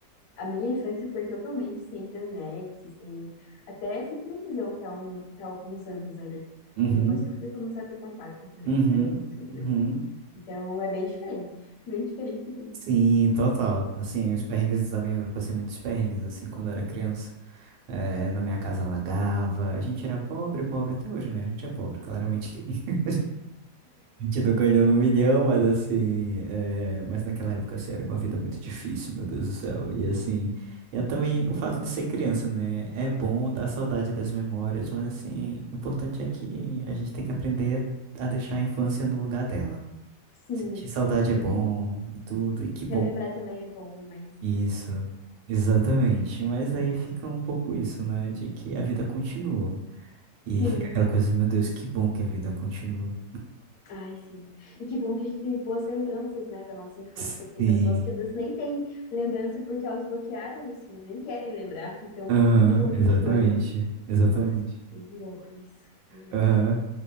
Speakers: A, on the left; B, on the right.
A: A minha infância foi totalmente sem internet, sem até sem televisão, até, um, até alguns anos ali.
B: Uhum.
A: Aí depois que eu fui começar a ter contato com televisão,
B: Uhum.
A: tudo
B: Uhum.
A: assim. Então é bem diferente, <laughs> bem diferente mesmo.
B: Sim, total. Assim, os perrengues também, eu passei muitos perrengues, assim, quando eu era criança. Eh, na minha casa alagava, a gente era pobre, pobre até hoje, né? A gente é pobre, claramente. <laughs> A gente não ganhou no milhão, mas assim, eh, mas naquela época, assim, era uma vida muito difícil, meu Deus do céu. E assim, e é também o fato de ser criança, né? É bom dar saudade das memórias, mas assim, o importante é que a gente tem que aprender a deixar a infância no lugar dela.
A: Sim,
B: Sentir saudade
A: sim.
B: é bom
A: é.
B: e tudo, e que bom.
A: Relembrar também é bom, mas
B: Isso,
A: né?
B: exatamente. Mas aí fica um pouco isso, né? De que a vida continua. E
A: sim,
B: fica aquela coisa, meu Deus, que bom que a vida continua.
A: ai sim. E que bom que a gente tem boas lembranças, né, da nossa infância,
B: Sim.
A: porque tem pessoas que às vezes nem têm lembrança porque elas bloquearam isso, né? Nem querem lembrar. Então,
B: Aham,
A: ruim
B: exatamente.
A: que foi.
B: Exatamente.
A: Nossa, muito louco isso. Meu Deus.
B: Aham.